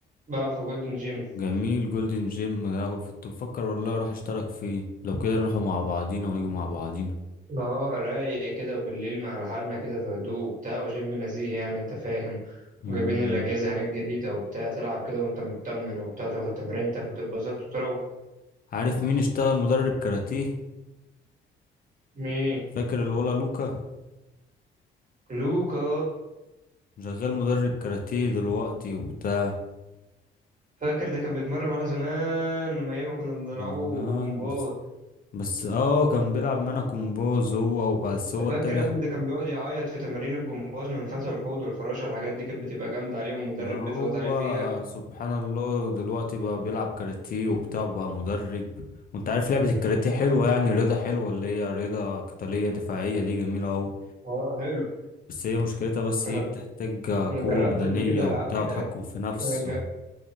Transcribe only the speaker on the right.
بلعب في جولدن جيم
اه رايق كده بالليل مع لحالنا كده في هدوء وبتاع وجيم نزيه يعني انت فاهم
وجايبين الاجهزه هناك جديده وبتاع تلعب كده وانت مطمن وبتاع تاخد تمرينتك وتتبسط وتروح
مين
لوكا
فاكر ده كان بيتمرن معانا زمان لما ايام ما كنا بنلعبه
جمباز
أنت فاكر
يا ابني ده كان بيقعد يعيط في تمارين الجمباز من فتح الحوض والفراشه الحاجات دي كانت بتبقى جامده عليه والمدرب
بيضغط
عليه فيها
اه حلو
انا
انا
جربت
قبل كده
لعبت
كاراتيه